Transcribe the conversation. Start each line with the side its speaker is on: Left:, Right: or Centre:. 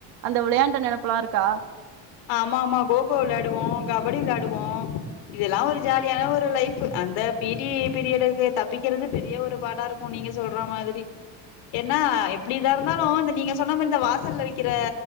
Right: அந்த வெளையாண்ட நினப்புல்லாம் இருக்கா
Left: ஆமா ஆமா கோக்கோ விளையாடுவோம் கபடி விளையாடுவோம் இதெல்லாம் ஒரு ஜாலியான ஒரு லைஃப் அந்த பீட்டீ பீரியடுக்கு தப்பிக்கிறது பெரிய ஒரு பாடா இருக்கும் நீங்க சொல்ற மாரி ஏன்னா எப்டி இதா இருந்தாலும் இந்த நீங்க சொன்ன மாரி இந்த வாசல்ல விக்கிற